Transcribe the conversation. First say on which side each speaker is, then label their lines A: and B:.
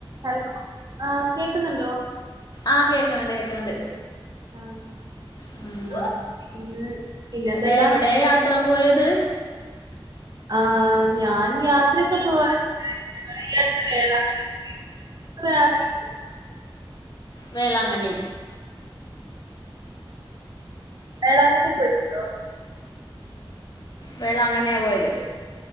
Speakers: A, on the right (about 45°); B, on the left (about 45°).
A: Hello ആഹ് കേക്ക്ന്ന്ണ്ടോ
B: ആഹ് കേക്ക്ണ് ണ്ട് കേക്ക്ണ് ണ്ട്
A: ആഹ്
B: ഉം
A: ആഹ് പിന്നെ പിന്നെന്തല്ലാ
B: ടെഎവടെ യാത്ര പോയത്
A: ആഹ് ഞാൻ യാത്രയൊക്കെ പോവാറുണ്ട് ഞങ്ങള് ഈ അടുത്ത് വേളാങ്കണ്ണി പോയിരുന്നു പ്പൊ വേളാങ്കണ്ണി
B: വേളാങ്കണ്ണി
A: വേളാങ്കണ്ണി പോയിട്ട്ട്ടോ
B: വേളാങ്കണ്ണിയാ പോയത്